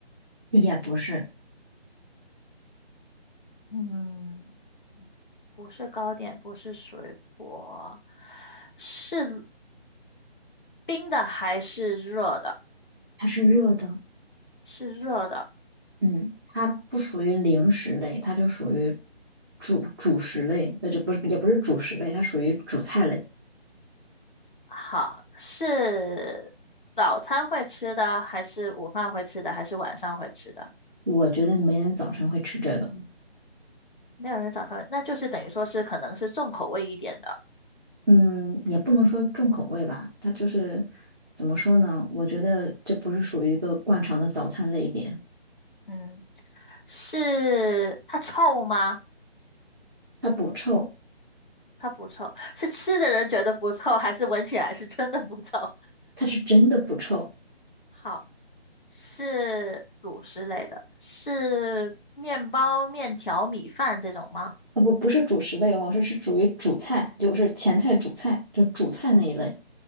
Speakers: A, in the centre; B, on the left.
A: 也不是，
B: 嗯，不是糕点，不是水果，是冰的还是热的？
A: 它是热的。
B: 是热的。
A: 嗯，它不属于零食类，它就属于主主食类，那就不是，也不是主食类，它属于主菜类。
B: 好，是早餐会吃的，还是午饭会吃的，还是晚上会吃的？
A: 我觉得没人早晨会吃这个。
B: 没有人早上会，那就是等于说是可能是重口味一点的。
A: 嗯，也不能说重口味吧，它就是怎么说呢？我觉得这不是属于一个惯常的早餐类别，
B: 嗯，是它臭吗？
A: 它不臭，
B: 它不臭，是吃的人觉得不臭，还是闻起来是真的不臭？
A: 它是真的不臭。
B: 好，是主食类的，是面包、面条、米饭这种吗？
A: 啊不，不是主食类哦，这是属于主菜，就是前菜、主菜，就是主菜那一类，